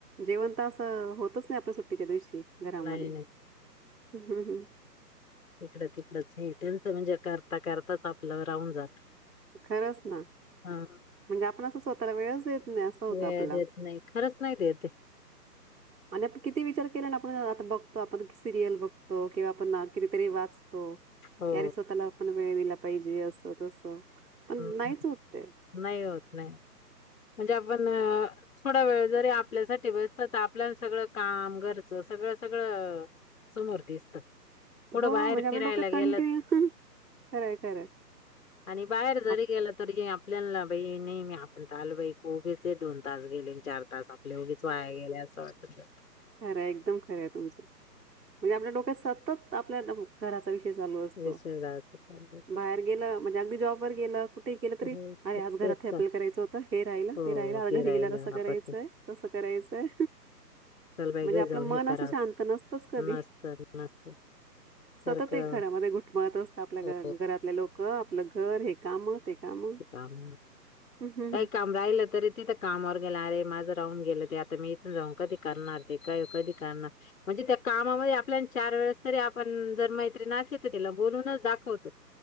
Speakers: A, on the right; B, on the left.
A: जेवण तर असं होतच नाही आपल्या सुट्टीच्या दिवशी. घरामध्ये
B: नाही नाही
A: हम्म.
B: इकडं-तिकडच हे त्यांचं म्हणजे. करता-करताच आपल राहून जात.
A: खरंच ना.
B: हा
A: म्हणजे आपण असं स्वतःला वेळच देत नाही असं होतं
B: वेळ
A: आपला.
B: देत नाही, खरंच नाही देत ते.
A: आणि आपण किती विचार केला ना आपण आता बघतो आपण सिरियल बघतो किंवा आपण किती तरी वाचतो,
B: हो
A: की अरे स्वतःला आपण वेळ दिला पाहिजे असं तसं. पण
B: हम्म हम्म,
A: नाहीच होत ते
B: नाही होत नाही म्हणजे आपण अ थोडा वेळ जरी आपल्यासाठी बसतं तर आपल्याला सगळं काम घरचं सगळं सगळं समोर दिसतं. कुठं
A: हो
B: बाहेर
A: म्हणजे आपल्या
B: फिरायला
A: डोक्यात
B: गेलं
A: कंटिन्यू खरंय खरंय.
B: आणि बाहेर जरी
A: आप
B: गेलं तरी ही आ आपल्याला नाई बाई, नाही मी आपण तर आलो बाई उगेचे दोन तास गेले अन चार तास आपले उगीच वाया गेले असं वाटत्या.
A: खरंय एकदम खरं आहे तुमचं, म्हणजे आपल्या डोक्यात सत सत त आपल्या घरा चा विषय चालू असतो
B: विषय जायच चालू होतं.
A: बाहेर गेलम्हणजे अगदी जेव्हा गेलं कुठे गेलं तरी
B: हो
A: अर
B: तर
A: आज घरात
B: तेच
A: आपल्या
B: चाल
A: करायचं होतं हे राहिलं
B: हो
A: ते राहिलं आज घरी
B: राहिला
A: गेल्या असं
B: आपण
A: करायच य तसं करायचंय
B: चल बाई
A: म्हणजे
B: घरी
A: आपलं
B: जाऊन
A: मन
B: हे करा
A: असं शांत नसतच कधी
B: नसत नसत
A: सतत
B: सारखं
A: एक घरामध्ये घुटमळत असत आपल्या
B: हो
A: घरातले लोक आपलं घर हे काम ते काम
B: काम
A: हं, हं,
B: काही
A: हं.
B: काम राहिलं तरी तिथं कामावर गेलं अरे माझं आ मी इथ जा कधी कर कधी कर म्हण त्या च वेळेस तरी आपण जर मैत्री ना अस तर तिला बोलूनच दाखवतो